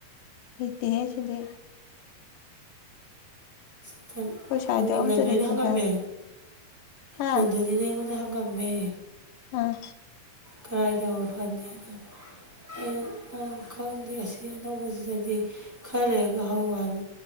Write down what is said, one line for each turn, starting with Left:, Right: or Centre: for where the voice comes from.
Left: ꯍꯩꯇꯦꯍꯦ ꯁꯤꯗꯤ
Centre: ꯪ ꯇꯟ
Left: ꯑꯩꯈꯣꯏ ꯁ꯭ꯋꯥꯏꯗ
Centre: ꯍꯪꯅꯤꯡ
Left: ꯑꯝꯇ
Centre: ꯂꯟꯗꯣꯏꯅ
Left: ꯂꯩꯇꯖꯥꯠ
Centre: ꯍꯪꯉꯝꯃꯦ
Left: ꯍꯥ
Centre: ꯂꯟꯗꯣꯏꯅꯤꯅꯦ ꯑꯩꯉꯣꯟꯗ ꯍꯪꯉꯝꯃꯦ
Left: ꯑꯥ
Centre: ꯀꯥꯏꯗꯕ ꯐꯅꯤꯅ ꯑꯩꯅ ꯅꯪ ꯈꯪꯗꯦ ꯑꯁꯤ ꯑꯅꯧꯕꯁꯤꯗꯗꯤ ꯈꯔ ꯂꯩꯔꯒ ꯍꯧ ꯍꯥꯏꯕ